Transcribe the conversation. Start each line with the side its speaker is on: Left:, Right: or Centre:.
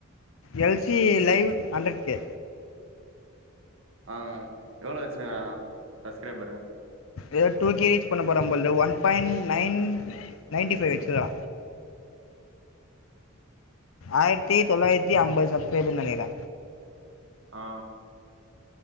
Left: L C I live hundred K
Right: ஆ எவ்ளோ வச்சுன்னுக்குறா சப்ஸ்கிரைபரு
Left: எதோ டூ கே ரீச் பண்ண போறா ‌போல one point nine nine ninety five வச்சுக்குறா ஆயிரத்தி தொள்ளாயிரத்தி ஐம்பது சப்ஸ்கிரைபர் நெனைக்கிற
Right: ஆ